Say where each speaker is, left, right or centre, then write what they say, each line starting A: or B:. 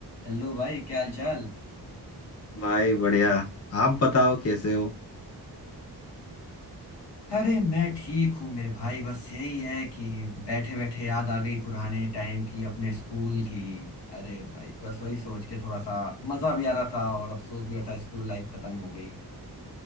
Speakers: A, on the left (about 80°); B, on the left (about 40°).
A: Hello भाई क्या हाल चाल
B: भाई बढ़िया आप बताओ कैसे हो
A: अरे मैं ठीक हूँ मेरे भाई बस यही है कि बैठे बैठे याद आ गई पुराने टाइम की अपने स्कूल की अरे भाई बस वही सोच के थोड़ा सा मजा भी आ रहा था और अफसोस भी हो रहा था स्कूल लाइफ खत्म हो गई